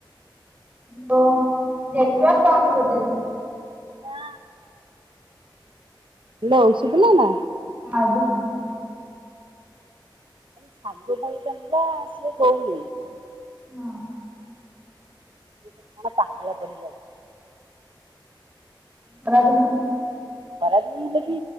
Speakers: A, on the right (about 20°); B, on the right (about 80°).
A: ହ୍ୟାଲୋ ନେଟୱର୍କ ପାଉନି ବୋଧେ।
B: ନା ହ୍ୟାଲୋ ଶୁଭିଲା ନା।
A: ହ ଏବେ ସୁବିଲା।
B: ସାୁ ଭ ଜଲା ଅ ଗଉଲି <unintelligible>
A: ହଁ।
B: ସେ କଣ ପାଖଳ କରିକି ଆାଉଚି।
A: ଖରା ଦିନ।
B: ଖରାଦିନ ହେଲେ ବି